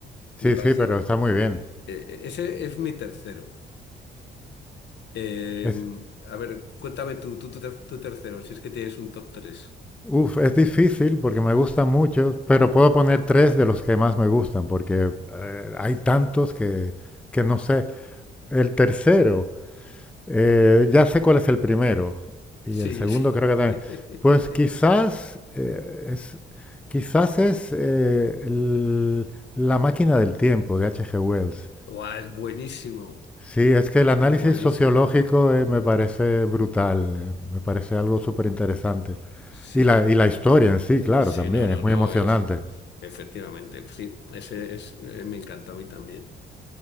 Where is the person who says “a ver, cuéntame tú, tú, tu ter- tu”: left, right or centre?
Left